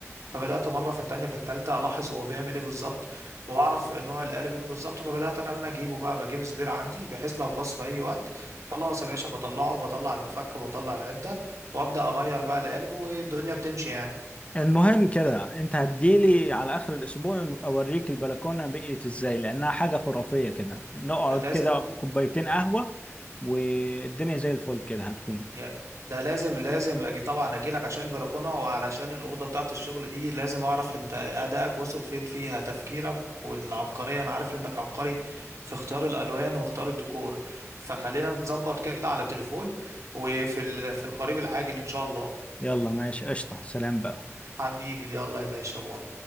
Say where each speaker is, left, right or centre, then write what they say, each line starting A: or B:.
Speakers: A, on the right; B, on the left.
A: فبدأت مرة في التانية في التالتة الاحظ هو بيعمل ايه بالظبط واعرف نوع القالب ايه بالظبط فبدأت انا اللي أنا اجيبه بقى بجيب سبير عندي بحيث لو باظ في اي وقت خلاص يا باشا بطلعه بطلع المفك بطلع العدة وابدأ اغير بقى القالب والدنيا بتمشي يعني
B: المهم كده انت هتجيلي على اخر الاسبوع اوريك البلكونه بقيت ازاي لانها حاجه خرافيه كده نقعد
A: لازم
B: كده كوبايتين قهوه والدنيا زي الفل كده هتكون
A: يا- ده لازم لازم أجي طبعا اجي لك عشان البلكونه وعلشان الاوضه بتاعه الشغل دي لازم اعرف انت ادائك وصل فين فيها تفكيرك والعبقريه انا عارف انك عبقري في اختيار الالوان واختيار الديكور فخلينا نظبط كده على تليفون وفي ال... في القريب العاجل ان شاء الله
B: يلا ماشي قشطه سلام بقى
A: حبيبي يلا يا باشا باي